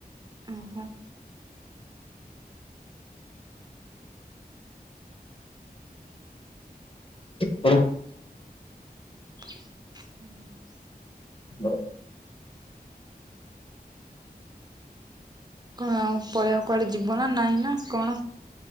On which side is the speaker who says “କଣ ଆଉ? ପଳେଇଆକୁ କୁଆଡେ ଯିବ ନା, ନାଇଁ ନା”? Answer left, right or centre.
Right